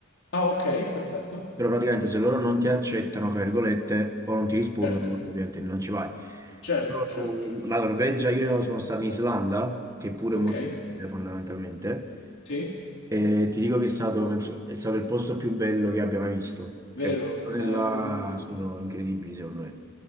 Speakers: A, on the left; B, on the right.
A: Ah, ok, perfetto.
B: però praticamente se loro non ti accettano, fra virgolette, o non ti rispondono,
A: Certo,
B: ovviamente non ci vai.
A: certo,
B: Però
A: certo, certo.
B: La Norvegia, io sono stato in Islanda, che pure
A: Ok,
B: è molto simile fondamentalmente,
A: sì,
B: e ti dico che è stato, penso, è stato il posto più bello che abbia mai visto.
A: vero,
B: Cioè, quelle zone
A: eh,
B: là
A: me lo dicono tutti.
B: sono incredibili secondo me.